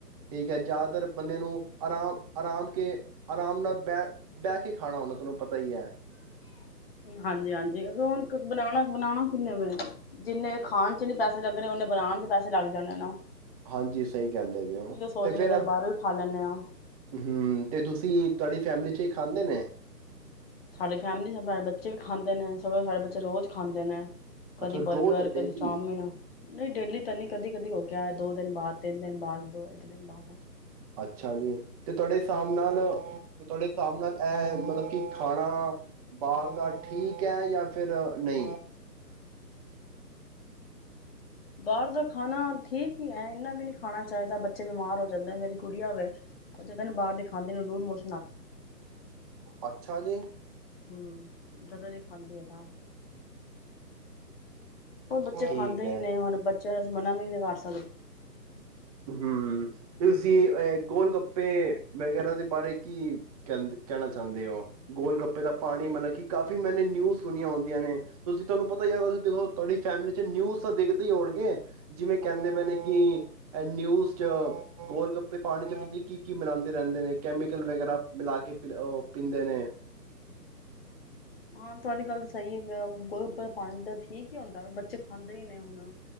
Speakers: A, on the right (about 20°); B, on the left (about 35°).
A: ਠੀਕ ਹੈ, ਜ਼ਿਆਦਾਤਰ ਬੰਦੇਆਂ ਨੂੰ ਆਰਾਮ ਆਰਾਮ ਕੇ ਆਰਾਮ ਨਾਲ ਬਹਿ ਬਹਿ ਕੇ ਖਾਣਾ ਹੁੰਦਾ ਤੁਹਾਨੂੰ ਪਤਾ ਹੀ ਹੈ
B: ਹਾਂਜੀ, ਹਾਂਜੀ। ਹੁਣ ਬਣਾਣਾ ਬਣਾਣਾ ਕਿੰਨੇ ਵੇ, ਜਿੰਨੇ ਖਾਣ ਚ ਨੀ ਪੈਸੇ ਲੱਗਣੇ ਨੇ ਬਣਾਉਣ ਚ ਪੈਸੇ ਲੱਗ ਜਾਣੇ ਨਾ।
A: ਹਾਂਜੀ ਸਹੀ ਕਹਿੰਦੇ ਪਏ ਹੋ
B: ਇਹੀਓ ਸੋਚਦੇ
A: ਤੇ ਫੇਰ
B: ਚੱਲ
A: ਏ,
B: ਬਾਹਰੋਂ ਹੀ ਖਾ ਲੈਂਦੇ ਹਾਂ
A: ਹਮ, ਤੇ ਤੁਸੀਂ ਤੁਹਾਡੀ ਫੈਮਲੀ ਚ ਹੀ ਖਾਂਦੇ ਨੇ?
B: ਸਾਡੇ ਫੈਮਿਲੀ <unintelligible> ਬੱਚੇ ਵੀ ਖਾਂਦੇ ਨੇ ਸਗੋਂ ਸਾਡੇ ਬੱਚੇ ਰੋਜ਼ ਖਾਂਦੇ ਨੇ। ਕਦੀ
A: ਅੱਛਾ
B: ਬਰਗਰ
A: ਰੋਜ਼ ਡੇਲੀ
B: ਕਦੀ ਚਾਉਮਿਨ, ਨਹੀਂ ਡੇਲੀ ਤਾਂ ਨਹੀਂ, ਕਦੀ- ਕਦੀ ਹੋ ਗਿਆ ਇਹ ਦੋ ਦਿਨ ਬਾਅਦ। ਤਿੰਨ ਦਿਨ ਬਾਅਦ ਦੋ ਇੱਕ ਦਿਨ ਬਾਅਦ
A: ਅੱਛਾ ਜੀ ਤੇ ਤੁਹਾਡੇ ਹਿਸਾਬ ਨਾਲ ਤੇ ਤੁਹਾਡੇ ਹਿਸਾਬ ਨਾਲ ਇਹ ਮਤਲਬ ਕਿ ਖਾਣਾ ਬਾਹਰ ਦਾ ਠੀਕ ਹੈ ਯਾ ਫਿਰ ਨਹੀਂ?
B: ਬਾਹਰ ਦਾ ਖਾਣਾ ਠੀਕ ਈ ਹੈ ਇੰਨਾ ਵੀ ਨੀ ਖਾਣਾ ਚਾਹੀਦਾ। ਬੱਚੇ ਬਿਮਾਰ ਹੋ ਜਾਂਦੇ। ਮੇਰੀ ਕੁੜੀਆਂ ਵੇ, ਉਹ ਜਦ ਨ ਬਾਹਰ ਦੇ ਖਾਂਦੇ ਨ ਉਹਨੂੰ ਲੂਜ ਮੋਸ਼
A: ਅੱਛਾ ਜੀ?
B: ਹਮ ਜਦੋਂ ਵੀ ਖਾਂਦੀ ਏ ਨਾ ਹੁਣ ਬੱਚੇ
A: ਠੀਕ
B: ਖਾਂਦੇ ਹੀ ਨੇ ਹੁਣ ਬ ਚ ਮਨਾ ਵੀ ਨੀ ਕਰ ਸ
A: ਹਮ ਤੁਸੀਂ ਏ ਗੋਲ ਗੱਪੇ ਮੈਂ ਕਹਿਣਾ ਸੀ <unintelligible> ਕੀ ਕਹਿੰਦ ਕਹਿਣਾ ਚਾਹੁੰਦੇ ਹੋ ਗੋਲ ਗੱਪੇ ਦਾ ਪਾਣੀ ਮਤਲਬ ਕੀ ਕਾਫ਼ੀ ਮੈਨੇ ਨਿਊਜ਼ ਸੁਣੀਆਂ ਹੁੰਦੀਆਂ ਨੇ ਤੁਸੀਂ ਤੁਹਾਨੂੰ ਪਤਾ ਹੀ ਹੈ ਤੁਸੀਂ ਦੇਖੋ ਤੁਹਾਡੀ ਫੈਮਿਲੀ ਚ ਨਿਊਜ਼ ਤਾਂ ਦੇਖਦੇ ਹੀ ਹੋਣਗੇ ਜਿਵੇਂ ਕਹਿੰਦੇ ਪਏ ਨੇ ਕਿ ਇਹ ਨਿਊਜ਼ ਚ ਗੋਲ ਗੱਪੇ ਪਾਣੀ ਚ ਪਤਾ ਨੀ ਕੀ ਕੀ ਮਿਲਾਦੇ ਰਹਿੰਦੇ ਨੇ? ਕੈਮੀਕਲ ਵਗੈਰਾ ਮਿਲਾ ਕੇ ਪਿਲਾ ਉ ਪੀਂਦੇ ਨੇ।
B: ਹਾਂ, ਤੁਆਡੀ ਗੱਲ ਸਈ ਏ ਗੇ, ਗੋਲ-ਗੱਪੇ ਪਾਣੀ ਤਾਂ ਠੀਕ ਹੀ ਹੁੰਦਾ ਵੇ ਬੱਚੇ ਖਾਂਦੇ ਹੀ ਨੇ ਹੁਣ,